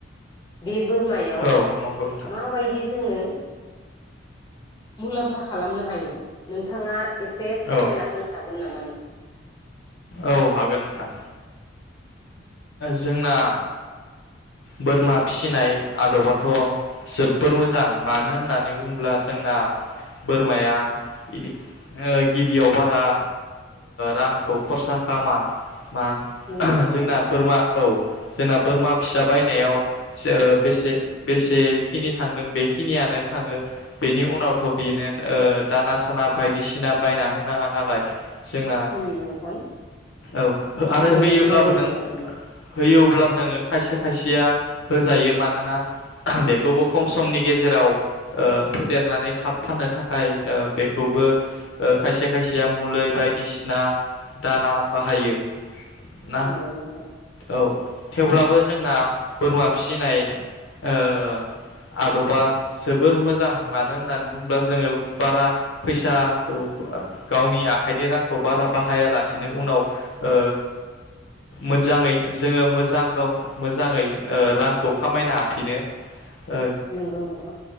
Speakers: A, on the left; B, on the left.
A: बे बोरमायाव
B: औ नंगौ नोंथां
A: माबायदि जोङो मुलाम्फा खालामनो हायो नोंथाङा एसे फोरमायना
B: औ
A: होनो हागोन नामा?
B: औ हागोन नोंथां। जोंना बोरमा फिसिनाय आदबाथ जोबबोर मोजां मानो होननानै बुङोब्ला जोंना बोरमाया बिदि गिबियाव बारा रांखौ खरसा खामा मा
A: नंगौ नोंथां
B: जोंना बोरमा औ। जोंना बोरमा फिसा बायनायाव बेसे बेसेखिनि थांदों बेखिनियानो थाङो बेनि उनावथ बिनो दाना साना बायदिसिना बायना होनाङा नालाय। जोंना
A: उम नोंथां
B: औ आरो
A: नंगौ
B: होयो
A: नंगौ
B: अब्लाबो
A: नोंथां
B: नों
A: नंगौ
B: होयो अब्लाबो नोङो खायसे खायसेया होजायो मानोना बेखौबो खम समनि गेजेराव फेदेरनानै थाब फाननो थाखाय बेखौबो खायसे खायसेया मलै बायदिसिना दाना बाहायो। ना
A: नंगौ नोंथां
B: औ थेवब्लाबो ज जोंना बोरमा फिसिनाय ओ आदबा जोबोर मोजां मानो होननानै बुङोब्ला जोङो बारा फैसाखौ गावनि आखाइनि रांखौ बारा बाहायालासिनो उनाव ओ मोजाङै जोङो मोजां गाव मोजाङै रांखौ खामायनो हाफिनो। ओ
A: नंगौ नोंथां